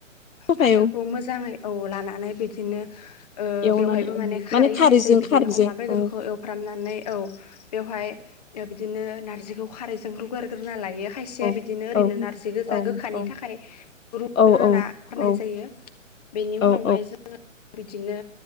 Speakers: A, on the left (about 80°); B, on the left (about 30°).
A: थाखाय
B: फाथोखौ
A: औ
B: मोजाङै औ लानानै बिदिनो
A: एवनानै
B: बेवहायबो
A: औ
B: माने खारै होनाय
A: खारैजों
B: जायो बिदिनो
A: खारैजों
B: अमा बेदरखौ
A: औ
B: एवफ्रामनानै औ बेवहाय बिदिनो नारजखौ खारुोन लायो खारसिया
A: औ
B: बिदिनो ओरैनो
A: औ
B: नारजि गोजा
A: औ
B: गोखानि
A: औ
B: थाखाय रुग्रोना
A: औ
B: गारनाय
A: औ
B: जायो। बेनि
A: औ
B: उनावहाय जोङो बिदिनो